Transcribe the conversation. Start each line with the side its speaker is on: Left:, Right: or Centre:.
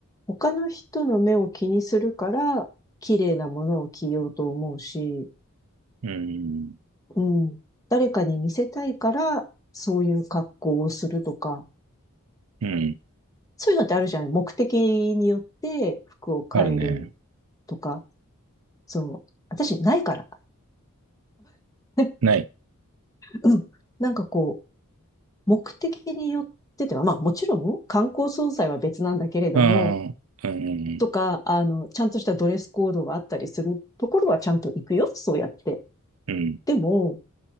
Left: 他の人の目を気にするから、綺麗なものを着ようと思うし、
Right: うん、
Left: うん。誰かに見せたいから、そういう格好をするとか、
Right: うん、
Left: そういうのってあるじゃない目的によって服を変える
Right: あるね。
Left: とか、そう。私、ないから。<laughs>
Right: ない。
Left: うん。なんかこう、目的によってては、まあもちろん観光総裁は別なんだけれども、
Right: うん、うん、
Left: とか、あの、ちゃんとしたドレスコードがあったりするところはちゃんと行くよ、そうやって。
Right: うん。
Left: でも、